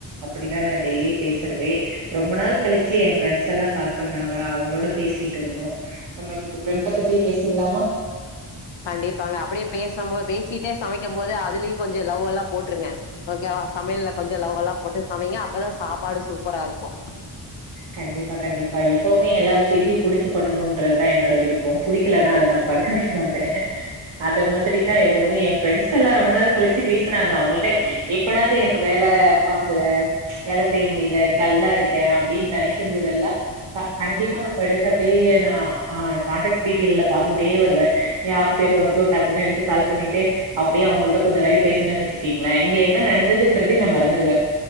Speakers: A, on the right; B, on the left.
A: அப்டிதா நா டெய்லி பேசறதே ரொம்ப நாள் கழிச்சு ஏ ஃப்ரெண்ட்ஸெல்லா கால் பண்ணாங்க அவங்களோட பேசிட் ருக்குதுன்னு நம்ம இன்னைக்கி ஃப்ரரெண்ட பத்தியே பேசிட்லாமா
B: கண்டிப்பாங்க அப்டியே பேசும் போது பேசிட்டே சமைக்கு போது அதுலையு கொஞ்ச லவ்வல்லா போட்ருங்க ஓகேவா சமையல்ல கொஞ்சம் லவ்வல்லா போட்டு சமையிங்க அப்பதான் சாப்பாடு சூப்பரா இருக்கும்
A: கண்டிப்பா கண்டிப்பா எப்வுமே எல்லா விஷயத்தையு புடிச்சு பண்ணணும்ன்றதுதா என்னோட விருப்பம் புடிக்கலன்னா அத நாப் பண்ணவே மாட்டேன் அத மாதிரிதான் எதுவும் ஏன் ஃப்ரெண்ட்ஸ்ல்லா ரொம்ப நாள் கழிச்சி பேசுனாங்க அவுங்கிள்ட்ட எப்பனாது எனக்கு வேல ஆகல வேல செய்ய முடில டல்லா இருக்கேன் அப்டின் நெனைக்கும்மோதெல்லாம் க கண்டிப்பா நம்ம எடுக்றது நா ஆ காண்டெக்ட் டீட்டெயில்ல பாத்துக்கிட்டே வருவேன் யார் பேரு வருதோ டக்குன்னு எடுத்து கால் பண்ணிட்டு அப்படியே அவங்கள்ட கொஞ்ச நாழி பேசணன்னு வச்சுக்கீங்கள இங்க என்ன நடந்ததுன்றதையே நா மறந்துருவே